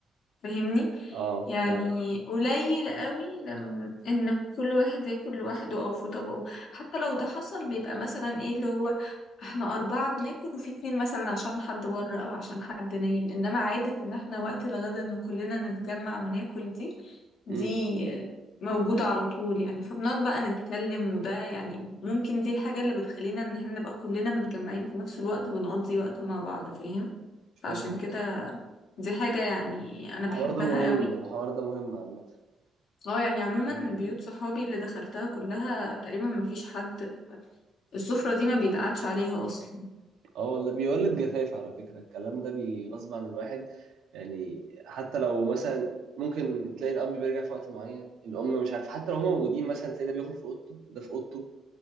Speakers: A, on the left; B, on the right.
A: فاهمني
B: اه
A: يعني
B: فعلا
A: قليل قوي لما ان كل واحد ياكل لوحده او في طبقه حتى لو ده حصل بيبقى مثلا ايه اللي هو احنا اربعة بناكل وفي اتنين مثلا عشان حد بره او عشان حد نايم انما عادة ان احنا وقت الغدا ان كلنا نتجمع وناكل دي دي
B: امم
A: موجودة على طول يعني فبنقعد بقى نتكلم وده يعني ممكن دي الحاجة اللي بتخلينا ان احنا نبقى كلنا متجمعين في نفس الوقت بنقضي وقت مع بعض فاهم فعشان
B: فاهم
A: كده
B: قصدي
A: دي حاجة يعني أنا
B: الحوار
A: بحبها
B: ده مهم
A: قوي
B: الحوار ده مهم عامة
A: اه يعني عموما
B: بي-
A: بيوت صحابي اللي دخلتها كلها تقريبا ما فيش حد السفرة دي ما بيتقعدش عليها أصلا
B: اه والله بيولد جفاف على فكرة الكلام ده بيغصب عن الواحد يعني حتى لو مثلا ممكن تلاقي الأب بيرجع في وقت معين الأم مش عارف حتى لو هما موجودين مثلا تلاقي ده بياكل في أوضته ده في أوضته